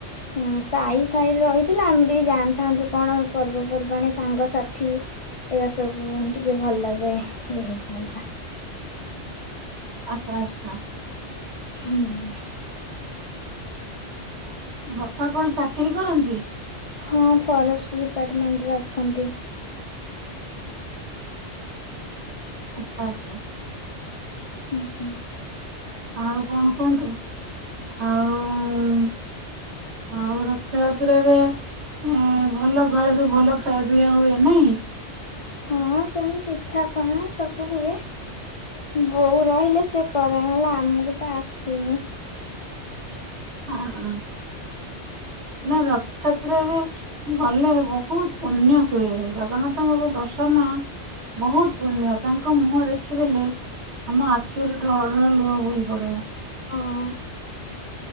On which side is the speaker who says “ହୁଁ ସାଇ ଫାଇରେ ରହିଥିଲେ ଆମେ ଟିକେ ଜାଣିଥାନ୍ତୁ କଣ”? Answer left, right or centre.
Left